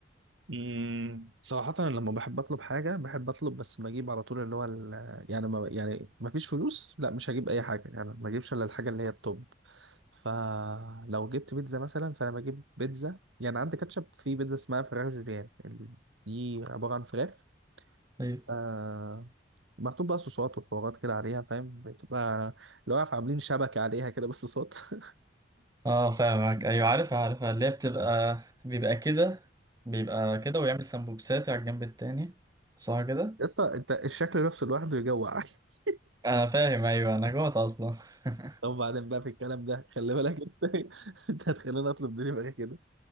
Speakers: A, on the right; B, on the right.
A: امم صراحة أنا لما بحب أطلب حاجة بحب أطلب بس بجيب على طول اللي هو ال- يعني ما يعني ما فيش فلوس لا مش هجيب أي حاجة يعني ما أجيبش إلا الحاجة اللي هي التوب فلو جبت بيتزا مثلا فأنا بجيب بيتزا يعني عندي كاتشب في بيتزا اسمها فراخ جوليان ال- دي عبارة عن فراخ
B: طيب
A: آه محطوط بقى صوصات وحوارات كده عليها فاهم بتبقى لو عارف عاملين شبكة عليها كده بالصوصات <laughs>
B: اه فاهمك ايوه عارفها عارفها اللي هي بتبقى بيبقى كده بيبقى كده ويعمل سمبوكسات على الجنب التاني صح كده
A: يا اسطى أنت الشكل نفسه لوحده يجوع <laughs>
B: انا فاهم ايوه انا جوعت اصلا <laughs>
A: طب بعدين بقى في الكلام ده خلي بالك انت <laughs> انت هتخليني اطلب دليفري كده